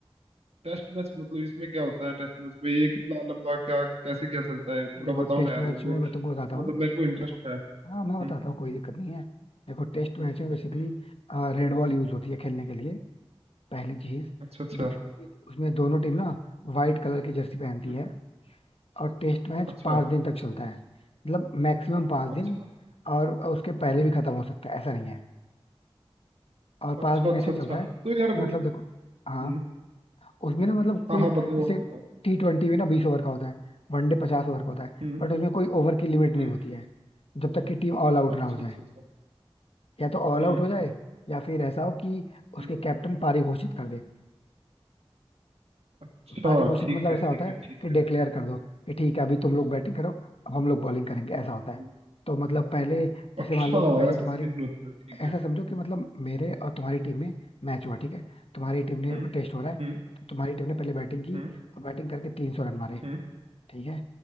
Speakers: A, on the right; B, on the left.
A: टेस्ट मैच मतलब इसमें क्या होता है टेस्ट मैच में ये कितना लंबा क्या कैसे क्या चलता है थोड़ा
B: है देखो
A: बताओ
B: टेस्ट
A: ना यार
B: मैच
A: मेरे को
B: में मैं तुमको बताता हूँ
A: मतलब मेरे को इंटरेस्ट
B: देखो
A: है
B: हाँ
A: हम्म
B: मैं बताता हूँ कोई दिक्कत नहीं है देखो टेस्ट मैच
A: हम्म
B: में बेसिकली
A: हम्म,
B: रेड बॉल यूज होती है खेलने के लिए पहली चीज
A: अच्छा अच्छा
B: दूसरी चीज उसमें दोनों टीम ना व्हाइट कलर की जर्सी पहनती
A: हम्म,
B: है और टेस्ट मैच
A: अच्छा
B: पांच दिन तक चलता है मतलब मैक्सिमम पांच
A: अच्छा
B: दिन और उसके पहले
A: हम्म
B: भी खत्म हो सकता है ऐसा नहीं है और
A: अच्छा
B: पांच दिन
A: अच्छा
B: ऐसे चलता
A: अच्छा तो
B: है
A: यार
B: कि मतलब
A: म-
B: देखो हाँ
A: हम्म
B: उसमें
A: हम्म
B: ना मतलब
A: हाँ
B: कोई
A: हाँ बताओ
B: जैसे
A: आप बताओ
B: टी ट्वेंटी में ना बीस ओवर का होता है वनडे पचास ओवर का होता है
A: हम्म
B: बट उसमें कोई ओवर की लिमिट नहीं
A: हम्म
B: होती है जब तक कि टीम ऑल आउट
A: अच्छा
B: ना हो जाए
A: अच्छा अच्छा
B: या तो ऑल
A: हम्म
B: आउट हो जाए या फिर ऐसा हो कि उसके
A: हम्म
B: कैप्टन पारी घोषित कर दे
A: अच्छा
B: पारी घोषित
A: ठीक
B: मतलब
A: है
B: ऐसा
A: ठीक
B: होता है
A: है ठीक
B: कि
A: है
B: डिक्लेयर कर दो कि ठीक है अभी तुम लोग बैटिंग करो अब हम लोग बॉलिंग करेंगे ऐसा होता है
A: हम्म
B: तो मतलब पहले जैसे
A: अच्छा
B: मान लो कि पहले
A: ऐसा
B: तुम्हारी
A: सीन होता है ठीक
B: ऐसा
A: है
B: समझो कि मतलब मेरे और तुम्हारी टीम में मैच हुआ ठीक है तुम्हारी टीम ने
A: हम्म
B: टेस्ट हो रहा है
A: हम्म
B: तो तुम्हारी टीम ने पहले बैटिंग की
A: हम्म
B: और बैटिंग करके तीन सौ रन मारे
A: हम्म
B: ठीक है